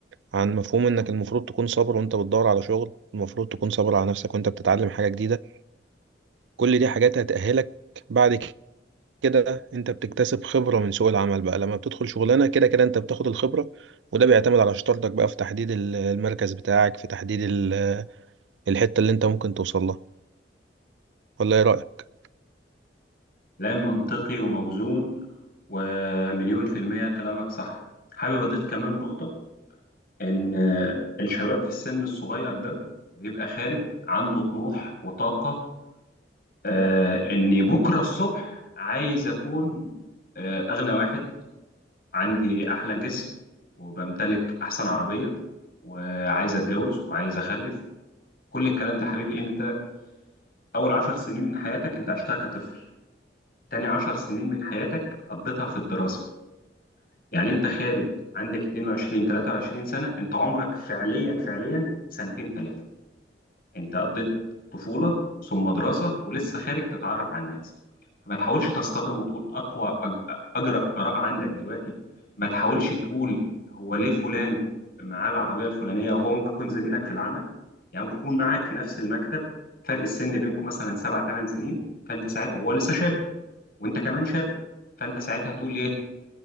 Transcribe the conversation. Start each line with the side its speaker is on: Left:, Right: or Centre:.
Right: عن مفهوم انك المفروض تكون صابر وانت بتدور على شغل المفروض تكون صابر على نفسك وانت بتتعلم حاجة جديدة كل دي حاجات هتأهلك بعد كده انت بتكتسب خبرة من سوق العمل بقى لما بتدخل شغلانة كده كده انت بتاخد الخبرة وده بيعتمد على شطارتك بقى في تحديد ال- المركز بتاعك في تحديد ال- الحتة اللي انت ممكن توصل لها ولا ايه رأيك؟
Left: كلام منطقي وموزون ومليون في المية كلامك صح حابب اضيف كمان نقطة ان الشباب في السن الصغير ده بيبقى خارج عنده طموح وطاقة آه، اني بكرة الصبح عايز اكون آه، اغنى واحد عندي أحلى جسم وبمتلك أحسن عربية وعايز أتجوز وعايز أخلف كل الكلام ده حبيبي أنت أول عشر سنين من حياتك أنت عشتها كطفل تاني عشر سنين من حياتك قضيتها في الدراسة يعني أنت خارج عندك 22 23 سنة أنت عمرك فعليا فعليا سنتين تلاتة انت قضيت طفولة ثم دراسة ولسه خارج تتعرف على الناس فما تحاولش تصطدم وتقول اقوى أج- اجرأ اراء عندك دلوقتي ما تحاولش تقول هو ليه فلان معاه العربية الفلانية وهو ممكن يكون زميلك في العمل يعني ممكن يكون معاك في نفس المكتب فرق السن بينكم مثلا سبع ثمان سنين فانت ساعتها هو لسه شاب وانت كمان شاب فانت ساعتها هتقول ايه